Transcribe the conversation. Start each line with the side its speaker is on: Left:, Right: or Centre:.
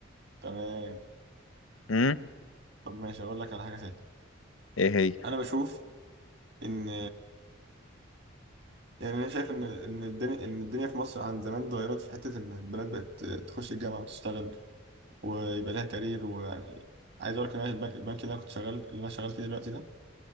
Right: تمام
Left: امم
Right: طب ماشي اقول لك على حاجه تانية
Left: ايه هي
Right: انا بشوف ان يعني انا شايف ان ان الدنيا ان الدنيا في مصر عن زمان اتغيرت في حته ان البنات بقت تخش الجامعه وتشتغل ويبقى لها كارير ويعني عايز اقول لك ان انا البنك البنك اللي انا كنت شغال اللي انا شغال فيه دلوقتي ده